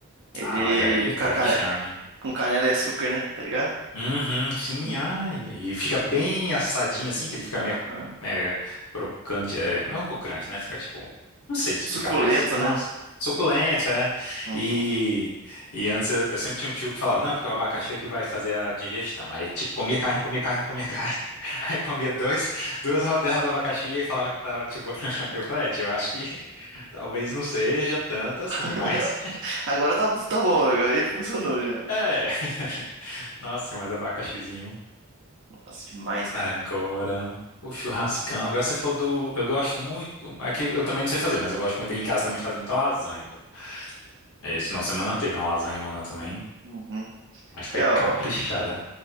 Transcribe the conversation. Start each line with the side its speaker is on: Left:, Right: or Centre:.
Right: Ele
Left: Ah, olha aí, cara,
Right: com, a cane-
Left: me chame.
Right: com canela e açúcar, né? Tá ligado?
Left: Uhum, sim,
Right: Hum,
Left: ai, e fica bem assadinho assim, que ele fica
Right: aham.
Left: meio, é, crocante, é, não é um crocante, né? Fica tipo, não sei de explicar,
Right: Suculento,
Left: mas, nossa,
Right: né?
Left: suculento, é.
Right: Uhum.
Left: E, e antes eu, eu sempre tinha um tio que falava, não, porque é o abacaxi é que vai fazer a digestão. Aí, tipo, comia carne, comia carne, comia carne. <laughs> Aí comia dois, duas rodelas do abacaxi e falava que tava, tipo, <laughs> eu falei, "É, tio, eu acho que <laughs> talvez não seja tanto assim,
Right: <laughs>
Left: mas,
Right: Agora tá, tá bom, agora aí funcionou
Left: <laughs>
Right: já.
Left: é, <laughs> nossa, mas abacaxizinho.
Right: Nossa, demais, cara.
Left: Agora, o churrascão. Agora você falou do. Eu gosto muito. É que eu também não sei fazer, mas eu gosto muito. Em casa também faz muita lasanha, pô. Esse final de semana teve uma lasanhona também.
Right: Uhum.
Left: Mas foi
Right: É,
Left: caprichada.
Right: ó,